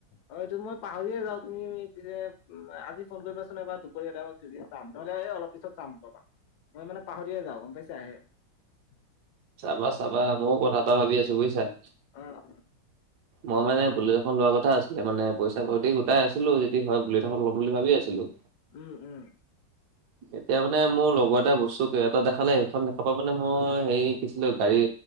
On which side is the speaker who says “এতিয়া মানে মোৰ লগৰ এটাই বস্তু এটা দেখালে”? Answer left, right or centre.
Right